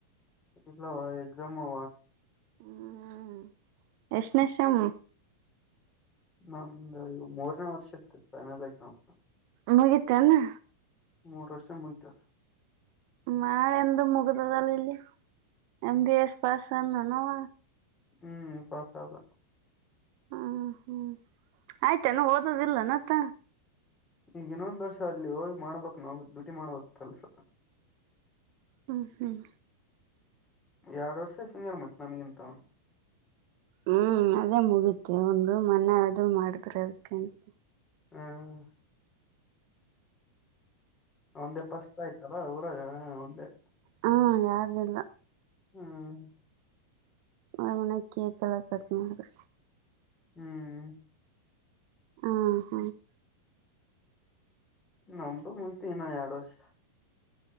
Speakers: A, on the left (about 20°); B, on the right (about 45°).
A: ಇಲ್ಲವಾ ಎಕ್ಸಾಮ್ವಾ
B: ಹ್ಮ್ ಎಸ್ಟ್ನೆ ಸೇಮ್.
A: ನಮ್ದು ಈ ಮೂರನೇ ವರ್ಷದ್ದ ಫೈನಲ್ ಎಕ್ಸಾಮ್.
B: ಮುಗಿತ ಅನು.
A: ಮೂರ್ ವರ್ಷಿಗಿ ಮುಗಿತದ.
B: ನಳೆಂದ ಮುಗ್ದದಲ್ಲ ಇಲ್ಲಿ ಎಮ ಬಿ ಎಸ್ ಪಾಸ್ ಅದನ್ವ.
A: ಹ್ಮ್ ಪಾಸ್ ಆದ.
B: ಹ್ಮ ಹ್ಮ್ ಆಯ್ತಾನ ಓದದಿಲ್ಲ ಅತ.
A: ಈಗ ಇನ್ನೊಂದ್ ವರ್ಷ ಅಲ್ಲಿ ಹೋಗಿ ಮಾಡ್ಬಕ್. ನಾವು ಡ್ಯೂಟಿ ಮಾಡ್ಬ ಕೆಲ್ಸ
B: ಹ್ಮ್, ಹ್ಮ್
A: ಎರಡ್ ವರ್ಷ ಸೀನಿಯರ್ ಮತ್ತ ನನಗಿಂತ ಅವನು.
B: ಹ್ಮ್ ಅದೇ ಮುಗತಿ ಒಂದು ಮನೆ ಅದು ಮಾಡಿದ್ರೆ ಅದಕ್ಕೆಂತ.
A: ಹ್ಮ್. ಒಂದೆ ಪಸ್ತ ಆಯ್ತಲ್ಲ. ಹ ಹ ಒಂದೇ.
B: ಹ್ಮ ಯಾರಲ್ಲ.
A: ಹ್ಮ್.
B: ಅವನ್ನ ಕೇಕಲ್ಲ ಕಟ್ಟ ಮಾಡು
A: ಹ್ಮ್.
B: ಹಾ ಸ
A: ನಮದ ಮುಗೀತು ಇನ್ನ ಎರಡು ವರ್ಷ.